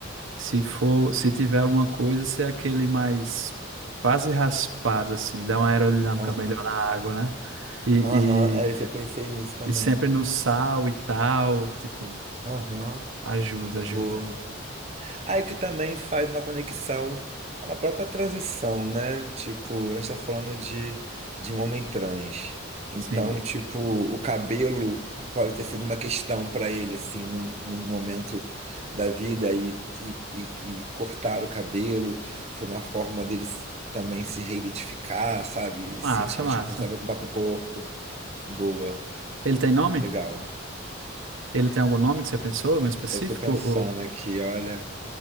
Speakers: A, on the right; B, on the right.
A: Se for, se tiver alguma coisa, ser aquele mais quase raspado assim, dá uma aerodinâmica
B: Aham,
A: melhor na água, né? E,
B: aham,
A: e,
B: é isso, eu pensei nisso também.
A: e sempre no sal e tal, tipo,
B: Aham,
A: ajuda, ajuda.
B: boa. Aí que também faz uma conexão com a própria transição, né? Tipo, a gente tá falando de, de um homem trans. Então,
A: Sim.
B: tipo, o cabelo pode ter sido uma questão para ele, assim, num, em algum momento da vida, e, e, e, e cortar o cabelo foi uma forma dele s- também se reidentificar, sabe? E
A: Massa,
B: se sentir mais
A: massa.
B: confortável com o próprio corpo. Boa,
A: Ele tem nome?
B: legal.
A: Ele tem algum nome que você pensou, algum específico?
B: Eu tô pensando
A: Ou...
B: aqui, olha,